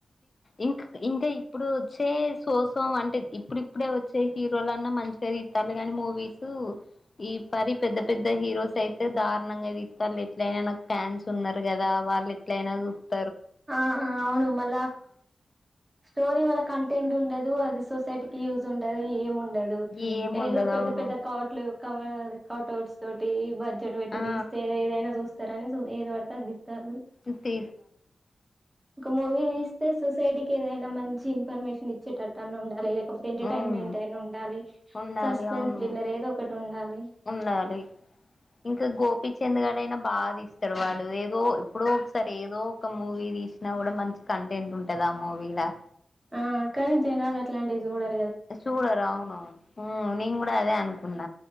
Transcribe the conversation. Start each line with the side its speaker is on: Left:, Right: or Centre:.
Left: ఇం ఇకే ఇప్పుడు వచ్చే సోసం అంటే ఇప్పుడిప్పుడే వచ్చే హీరోలన్నా మంచిగా ఇతరు గాని మూవీస్ ఈ పరి పెద్ద పెద్ద హీరోస్ అయితే దారుణంగా తీస్తారు ఎట్లయినా నాకు ఫ్యాన్స్ ఉన్నారు కదా వాళ్ళు ఎట్లయినా చూస్తారని
Right: ఆహ అవును మళ్ళ స్టోరీ వాళ్ళ కంటెంట్ ఉండదు అది సొసైటీకి యూజ్ ఉండదు ఏం ఉండదు
Left: ఏముండదు
Right: ఏదో పెద్ద
Left: అవును
Right: పెద్ద కోట్లు కటౌట్లు తోటి బడ్జెట్ పెట్టి
Left: ఆ
Right: తీస్తే ఏదైనా చూ చూస్తారని ఏది పడితే అది తీస్తారు
Left: అంతే
Right: ఒక మూవీ తీస్తే సొసైటీకి ఏదైనా మంచి ఇన్ఫర్మేషన్ ఇచ్చేటట్టు అన్న ఉండాలి ఎంటర్టైన్మెంట్
Left: మ్మ్
Right: అయినా ఉండాలి
Left: ఉండాలి
Right: సస్పెన్స్
Left: అవును
Right: థ్రిల్లర్ ఏదొ ఒకటి ఉండాలి
Left: ఉండాలి ఇంకా గోపీచంద్గాడయినా బాగాది ఇస్తాడు వాడు ఏదో ఇప్పుడో ఒకసారి ఏదో ఒక మూవీ తీసిన కూడా మంచి కంటెంట్ ఉంటది ఆ మూవీలా
Right: ఆ కానీ జనాలు అట్లాంటిది చూడరూ
Left: చూడరు ఆవును ఉమ్ నేను కూడా అదే అనుకున్న